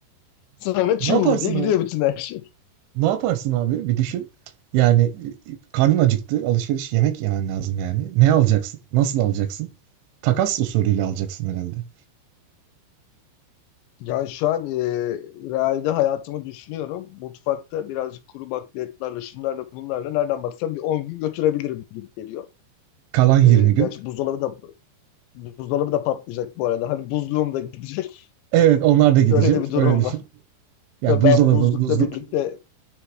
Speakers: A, on the left; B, on the right.
A: Sonra çuv
B: Ne yaparsın
A: diye gidiyor
B: abi?
A: bütün her şey.
B: Ne yaparsın abi? Bir düşün. Yani e, karnın acıktı, alışveriş yemek yemen lazım yani. Ne alacaksın? Nasıl alacaksın? Takas usulüyle alacaksın herhalde.
A: Yani şu an e, realde hayatımı düşünüyorum. Mutfakta birazcık kuru bakliyatlarla, şunlarla, bunlarla nereden baksam bir 10 gün götürebilirim gibi geliyor.
B: Kalan 20
A: E,
B: gün.
A: gerçi buzdolabı da buzdolabı da patlayacak bu arada. Hani buzluğum da gidecek.
B: Evet, onlar
A: <laughs>
B: da gidecek.
A: Öyle de bir durum
B: Öyle düşün.
A: var.
B: Yani
A: Tabii
B: buzdolabı,
A: ben buzlukla
B: buzluk.
A: birlikte